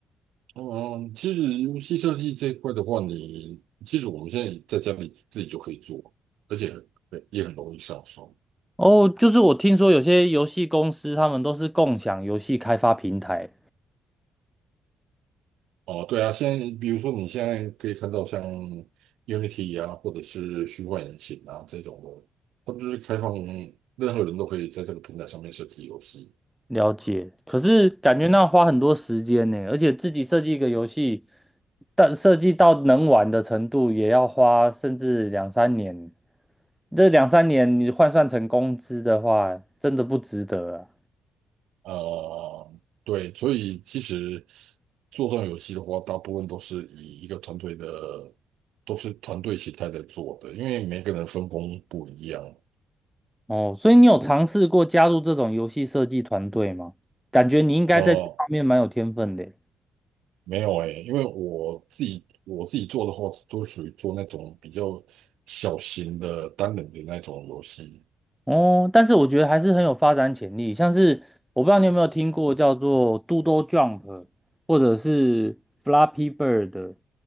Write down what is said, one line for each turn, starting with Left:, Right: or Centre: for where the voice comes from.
Right: 嗯，其实游戏设计这一块的话，你其实我们现在在家里自己就可以做，而且很也很容易上手。
Centre: 哦，就是我听说有些游戏公司他们都是共享游戏开发平台，
Right: 哦，对啊，现在比如说你现在可以看到像 Unity 啊，或者是虚幻引擎啊这种的，它不是开放任何人都可以在这个平台上面设计游戏。
Centre: 了解，可是感觉那花很多时间呢，而且自己设计一个游戏，但设计到能玩的程度，也要花甚至两三年。这两三年你换算成工资的话，真的不值得啊。
Right: 呃，对，所以其实做这种游戏的话，大部分都是以一个团队的，都是团队形态在做的，因为每个人分工不一样。
Centre: 哦，所以你有尝试过加入这种游戏设计团队吗？感觉你应该在这方面蛮有天分的。
Right: 呃，没有诶，因为我自己我自己做的话，都属于做那种比较小型的单人的那种游戏。
Centre: 哦，但是我觉得还是很有发展潜力，像是我不知道你有没有听过叫做 Doodle Jump，或者是 Flappy Bird，